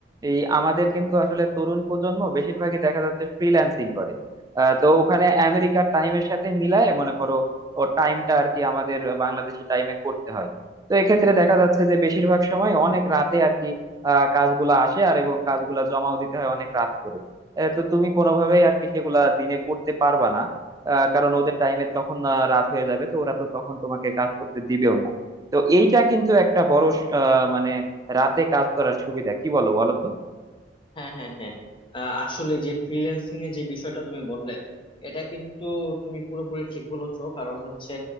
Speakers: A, on the right; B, on the left.
A: এই আমাদের কিন্তু আসলে তরুণ প্রজন্ম বেশিরভাগই দেখা যাচ্ছে ফ্রিল্যান্সিং করে আহ, তো ওখানে আমেরিকার টাইমের সাথে মিলায় মনে করো ও টাইমটা আর কি আমাদের বাংলাদেশি টাইমে করতে হয় তো এক্ষেত্রে দেখা যাচ্ছে যে বেশিরভাগ সময় অনেক রাতে আর কি আহ কাজগুলা আসে আর এবং কাজগুলা জমাও দিতে হয় অনেক রাত করে আহ, তো তুমি কোনোভাবেই আর কি সেগুলা দিনে করতে পারবা না আহ, কারণ ওদের টাইমে তখন আহ, রাত হয়ে যাবে তো ওরা তো তখন তোমাকে কাজ করতে দিবেও না তো এইটা কিন্তু একটা বড় স- আহ মানে রাতে কাজ করার সুবিধা কি বলো বলো তো
B: হ্যাঁ হ্যাঁ হ্যাঁ আহ, আসলে যে ফ্রিল্যান্সিং এর যে বিষয়টা তুমি বললে এটা কিন্তু তুমি পুরোপুরি ঠিক বলেছো কারণ হচ্ছে